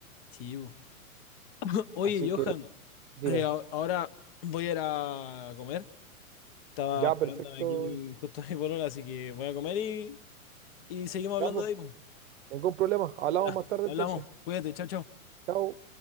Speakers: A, on the left; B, on the right.
A: sí, pues. <clears throat> Oye,
B: Así
A: Johan.
B: que dime.
A: Ay, a- ahora voy a ir a comer. Estaba
B: Ya,
A: esperando
B: perfecto.
A: aquí justo a mi polola, así que voy a comer y, y seguimos hablando
B: Ya, pues,
A: de ahí, po.
B: ningún problema. Hablamos
A: Ya,
B: más tarde
A: hablamos.
B: entonces.
A: Cuídate, chao, chao.
B: Chao.